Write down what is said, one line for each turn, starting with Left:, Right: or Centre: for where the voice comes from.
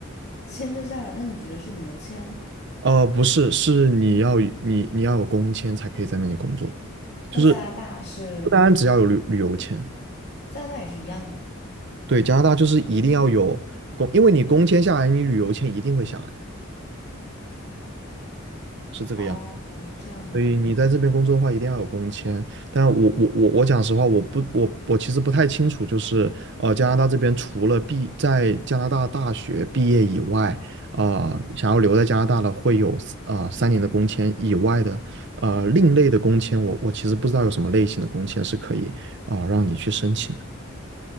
Left: 签证下来，那你指的是旅游签？
Right: 呃，不是，是你要你你要有工签才可以在那里工作，就是
Left: 那加拿大是
Right: 不单单只要有旅旅游签，
Left: 加拿大也是一样的
Right: 对，加拿大就是一定要有工，因为你工签下来，你旅游签一定会下来，是这个样。
Left: 哦，这样吗？
Right: 所以你在这边工作的话，一定要有工签。但我我我我讲实话，我不我我其实不太清楚，就是呃，加拿大这边除了毕在加拿大大学毕业以外，啊、想要留在加拿大的会有啊、呃三年的工签以外的呃另类的工签，我我其实不知道有什么类型的工签是可以啊、让你去申请的。